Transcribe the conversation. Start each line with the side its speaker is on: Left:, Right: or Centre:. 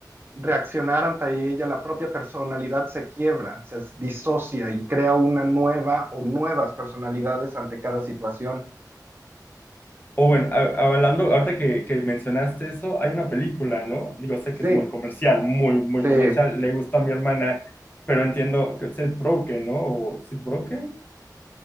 Right: reaccionar ante ella, la propia personalidad se quiebra, se s- disocia y crea una nueva o nuevas personalidades ante cada situación.
Left: O bueno, a- hablando, ahorita que, que mencionaste eso, hay una película, ¿no? Digo, sé
Right: Sí,
Left: que es muy comercial, muy, muy
Right: sí,
Left: comercial,
Right: eh,
Left: le gusta a mi hermana, pero entiendo que es Broken, ¿no? O Seth Broken,